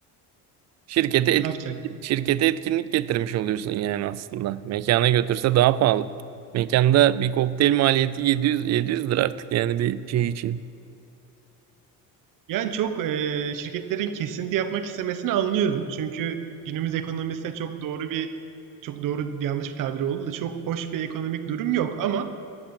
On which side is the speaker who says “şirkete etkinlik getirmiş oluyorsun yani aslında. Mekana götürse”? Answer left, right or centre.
Right